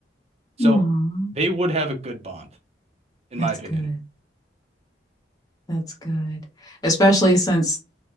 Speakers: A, on the right (about 35°); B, on the left (about 20°).
A: So
B: Aw,
A: they would have a good bond, in
B: that's
A: my opinion.
B: good. That's good. Especially since